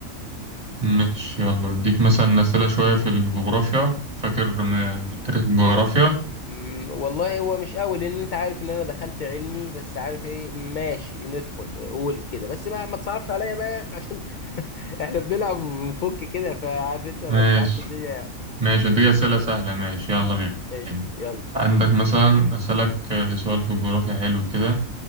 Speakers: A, on the right; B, on the left.
A: ماشي يلا اديك مثلا أسئلة شوية في الجغرافيا فاكر من من التاريخ والجغرافيا
B: أمم، والله هو مش قوي لان انت عارف ان انا دخلت علمي بس عارف ايه ماشي ندخل قول كده بس بقى ما تصعبش عليا بقى يا اخي عشان <laughs> احنا بنلعب وبنفك كده فعارف انت ما
A: ماشي
B: تصعبش الدنيا يعني
A: ماشي اديك أسئلة سهلة ماشي يلا بينا
B: قشطة يلا
A: عندك مثلا أسألك آه، سؤال في الجغرافيا حلو كده